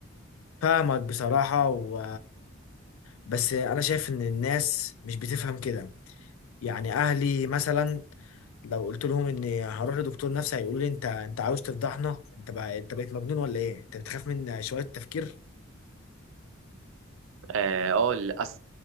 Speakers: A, on the left; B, on the right.
A: فاهمك بصراحة و بس أنا شايف إن الناس مش بتفهم كده يعني أهلي مثلا لو قلت لهم اني هروح لدكتور نفسي هيقولوا لي انت انت عاوز تفضحنا انت بقى انت بقيت مجنون ولا ايه انت بتخاف من شوية تفكير
B: اه آه، للاسف